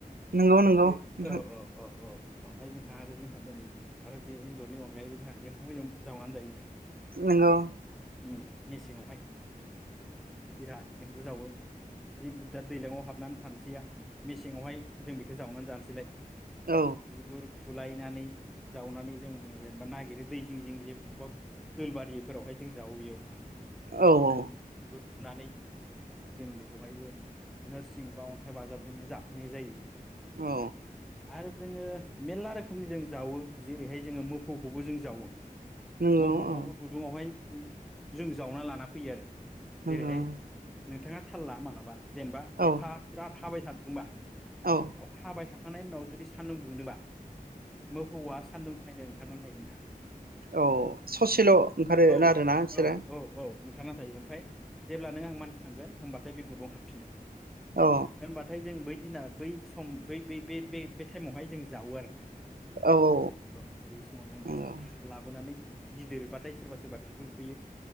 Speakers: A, on the right; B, in the centre.
A: नंगौ नंगौ
B: बे
A: नोंथां
B: ओ ओ औ औ ओमफाय जोंहा आरो जोंहा दोनै आरो बे एन्जरनि अनगायैबो जोंहा एम्बु एव जावनानै जायो नोंथां
A: नोंगौ
B: उम मेसेंङावहाय बिराद एम्बु जावो जिब दा दैलांआव हाबनान थानोसैया मेसेङावहाय जों बेखो जावनानै जानोसैलाय।
A: औ
B: बिगुर फुलायनानै जावनानै जोङो जेनेबा नागिरो दै जिं जिं जे <unintelligible> दोल बारि फोरावहाय जों जावो इयाव नोंथां।
A: औ औ।
B: फुनानै जों बेखौहायबो नोरसिं बा अन्थाइ बाजाबजोंनो जाफैनाय जायो।
A: अ।
B: आरो जोङो मेल्ला रोखोमनि जों जावो। जेरैहाय जोङो मोफौखौबो जों जावो।
A: नंगौ
B: मोफौखौबो
A: औ
B: गुदुङावहाय <inaudible> जों जावना लाना फैयो आरो
A: नंगौ
B: जेरैहाय नोंथाङा थाल ला मालाबा जेनेबा
A: औ
B: अखा बिराद हाबाय थादोंबा।
A: औ
B: अखा हाबाय थाखा खांनायनि उनाव जुदि सान्दुं दुंदोबा मोफौआ सान्दुं सायनो ओं खारनानै थायो नोथां।
A: अ ससेल' ओंखारो
B: औ
A: ना आरो ना इसोरा
B: औ औ औ ओंखारना थायो ओमफाय जेब्ला नों आं मानसि थांगोन होमबाथाय बे गुदुंआव हाबफिनो।
A: औ
B: होनबाथाय जों बै बै दिना बै सम बै, बै बे टाइमावहाय जों जावो आरो नोंथां।
A: औ औ
B: औ बे समाव जों
A: नंगौ
B: <unintelligible> लाबोनानै। गिदिरबाथाय सोरबा सोरबा बिगुर खुयो।